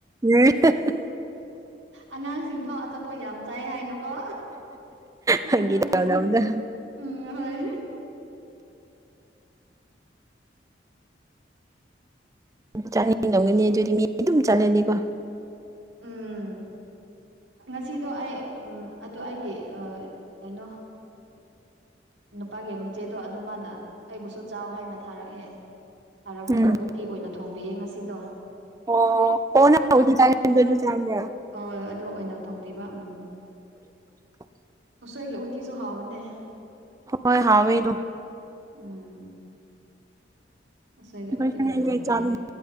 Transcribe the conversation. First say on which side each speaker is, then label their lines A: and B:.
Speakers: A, on the right; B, on the right.
A: ꯍꯍ ꯍꯥ
B: ꯑꯉꯥꯡꯁꯤꯡꯐꯥꯎ ꯑꯆꯥꯄꯣꯠ ꯌꯥꯝ ꯆꯥꯏ ꯍꯥꯏꯅꯨꯀꯣ ꯍꯥꯏ
A: ꯐꯥꯒꯤ
B: ꯇꯕꯅꯦ
A: ꯇꯧꯅꯕꯗ
B: ꯎꯝ ꯍꯣꯏ
A: ꯆꯥꯅꯤꯡꯗꯒꯅꯤ ꯑꯗꯨꯗꯤ ꯃꯤ ꯑꯗꯨꯝ ꯆꯠꯂꯗꯤꯀꯣ
B: ꯎꯝ ꯉꯁꯤꯗꯣ ꯑꯩ ꯑꯗꯣ ꯑꯩꯒꯤ ꯀꯩꯅꯣ ꯅꯨꯄꯥꯒꯤ ꯃꯆꯦꯗꯣ ꯑꯗꯨ ꯃꯥꯅ ꯑꯩꯕꯨꯁꯨ ꯆꯥꯎ ꯍꯥꯏꯅ ꯊꯥꯔꯛꯑꯦ ꯊꯥꯔꯛꯄꯗꯣ
A: ꯎꯝ
B: ꯎꯠꯇꯤ ꯑꯣꯏꯅ ꯊꯣꯡꯕꯤꯌꯦ ꯉꯁꯤꯗꯣ
A: ꯑꯣ ꯍꯣꯅ ꯍꯧ ꯆ ꯆꯗ
B: ꯍ ꯑꯗꯨ ꯑꯣꯏꯅ ꯊꯣꯡꯕꯤꯕ ꯎꯝ
A: <unintelligible>
B: ꯑꯁꯣꯏꯒꯤ ꯎꯇꯤꯁꯨ ꯍꯥꯎꯕꯅꯦ
A: ꯍꯣꯏ ꯍꯥꯎꯋꯦꯗꯨ
B: ꯎꯝ ꯑꯣꯁꯣꯏꯒꯤ ꯑꯣꯇꯤ
A: ꯑꯩꯈꯣꯏ
B: ꯑꯣꯏꯅ ꯊꯣꯡꯕꯤꯈ꯭ꯔꯦ
A: ꯆꯥꯕ